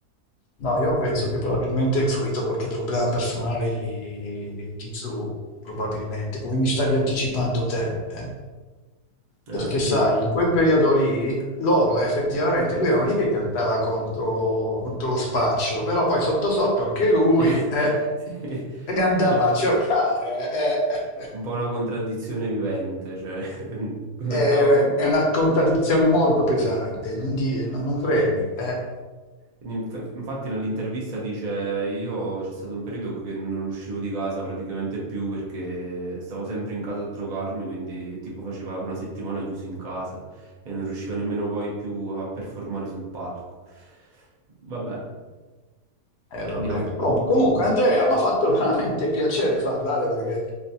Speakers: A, on the left; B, on the right.
A: No, io penso che probabilmente ha influito qualche problema personale di, di Zhu, probabilmente, come mi stavi anticipando te. eh.
B: Eh,
A: Perché
B: quindi
A: sai, in quel periodo lì, loro eh, effettivamente, lui era lì che cantava contro, contro lo spaccio, però poi sotto sotto anche lui
B: <laughs>
A: eh,
B: sì,
A: li andava
B: diciamo
A: a cercare. eh. <laughs>
B: un po' una contraddizione vivente, cioè <laughs> l'ottava
A: È,
B: contraddizione.
A: è una contraddizione molto pesante, non, di- non credi? eh?
B: Inf- Infatti nell'intervista dice, io c'è stato un periodo che non uscivo di casa praticamente più perché stavo sempre in casa a drogarmi, quindi tipo faceva una settimana chiuso in casa e non riuscivo nemmeno poi più a performare sul palco. Vabbè,
A: Eh, vabbè.
B: mi auguro.
A: Oh, comunque, Andrea, mi ha fatto <laughs> veramente piacere parlare perché